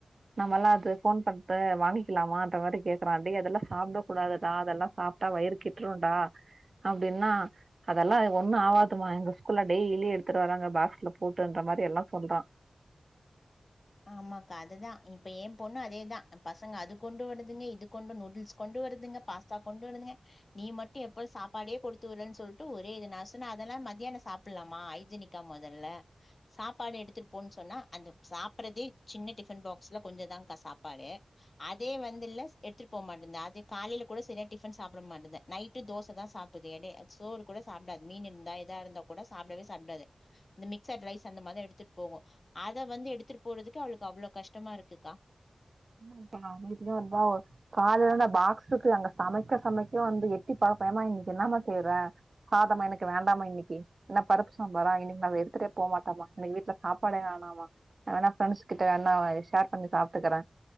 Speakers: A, on the right; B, on the left.
A: நம்மல்லா அது ஃபோன் பண்ட்டு வாங்கிக்கலாமான்ற மாரி கேட்கறா டே அதெல்லா சாப்ட கூடாதுதா அதெல்லா சாப்ட்டா வயிறு கெ ட்ருன்டா அப்டின்னா அதெல்லா ஒண்ணு ஆவதுமா எங்க ஸ்கூல்ல டெய்லி எடுத்துட்டு வராங்க பாஸ்க்ல போட்டுன்ற மாரி எல்லா சொல்றா <inaudible>
B: ஆமாக்கா அதுதா இப்ப எ பொண்ணு அதேதா பசங்க அது கொண்டு வருதுங்க இது கொண்டு நூடுல்ஸ் கொண்டு வருதுங்க பாஸ்தா கொண்டு வருதுங்க நீ மட்டு எப்பாரு சாப்பாடே கொடுத்து விறன் சொல்ட்டு ஒரே இது நா சொன்ன அதெல்லா மத்தியான சாப் புல்லாமா ஐஜீனிக்கா மொதல்ல சாப்பாடு எடுத்துட் போன் சொன்னா அந்த சா ப்புறதே சின்ன டிஃபன் பாக்ஸ்ல கொஞ்ச தான்க்கா சாப்பாடு அதே வந்தில்ல எடுத்துட்டு போ மாட்டன்து அது காலையில கூட செரியா டிஃபன் சாப்பிட மாட்டது நைட்டு தோசதா சாப்பிது எடே சோறு கூட சாப்டாத் மீன் இருந்தா எதா இருந்தா கூட சாப்டவே சாப்டாது இந்த மிக்சட் ரைஸ் அந்த மார்தா எடுத்துட் போகு அத வந்து எடுத்துட்டு போறதுக்கு அவளுக்கு அவ்ளோ கஷ்டமா இருக்குக்கா
A: இப்பா நா அமைதியா இருந்தா அவ காலல நா பாக்ஸுக்கு அங்க சமைக்க சமைக்க வந்து எட்டி பாப்பனா இன்னிக்கு என்னாம செய்றே சாதமா எனக்கு வேண்டாம இன்னிக்கி என்ன பருப்பு சாம்பாரா இன்னிக் நா அது எடுத்துட்டே போமாட்டம்மா இன்னிக்கு வீட்ல சாப்பாடே வேணாமா வேணா ஃப்ரெண்ஸ் கிட்ட வேணா ஷேர் பண்ணி சாப்ட்டுக்குறே